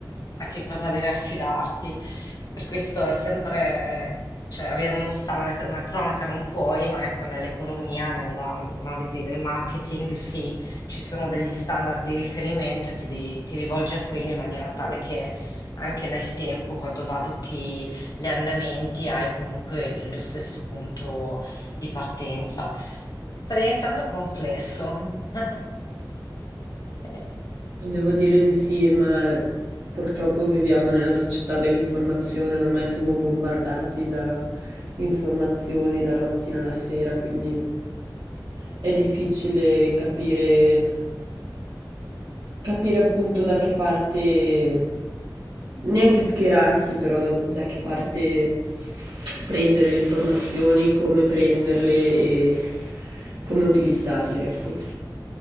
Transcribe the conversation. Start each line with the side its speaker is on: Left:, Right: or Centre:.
Left: a che cosa deve affidarti. Per questo è sempre, cioè, avere uno sta- una cronaca non puoi, ma ecco, nell'economia, nell'analisi del marketing, sì, ci sono degli standard di riferimento e ti, devi- ti rivolgi a quelli in maniera tale che anche nel tempo, quando valuti gli andamenti, hai comunque lo stesso punto di partenza. Sta diventando complesso. <laughs> Eh,
Right: Devo dire di sì, ma purtroppo viviamo nella società dell'informazione, ormai siamo bombardati da informazioni dalla mattina alla sera, quindi è difficile capire, capire appunto da che parte, neanche schierarsi, però da che parte prendere le informazioni, come prenderle e come utilizzarle, ecco.